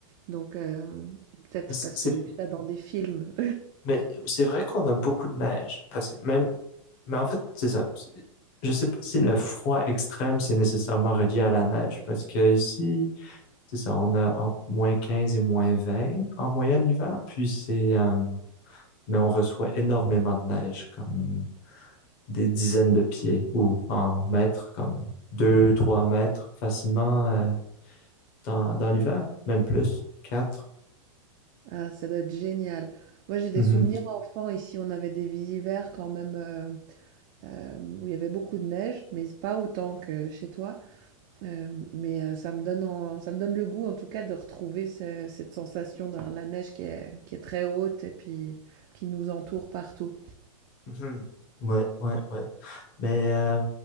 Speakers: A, on the right (about 35°); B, on the left (about 40°).
A: Donc, euh, peut-être
B: Mais c'est,
A: parce
B: c'est-
A: que j'ai vu ça dans des films.
B: mais c'est vrai qu'on a beaucoup de neige, parce que même, mais en fait, c'est ça. C'est- Je sais pas si le froid extrême, c'est nécessairement relié à la neige, parce que ici, c'est ça, on a entre moins 15 et moins 20 en moyenne l'hiver, puis c'est, euh, mais on reçoit énormément de neige, comme des dizaines de pieds ou en mètres, comme deux, trois mètres facilement euh, dans, dans l'hiver, même plus, quatre.
A: Ah, ça doit être génial. Moi, j'ai des
B: Mhm.
A: souvenirs enfants. Ici, on avait des hivers quand même euh, euh, où il y avait beaucoup de neige, mais pas autant que chez toi. Euh, mais euh, ça me donne en- ça me donne le goût, en tout cas, de retrouver ce- cette sensation de la neige qui est, qui est très haute et puis qui nous entoure partout.
B: Mhm. Ouais, ouais, ouais. Mais euh,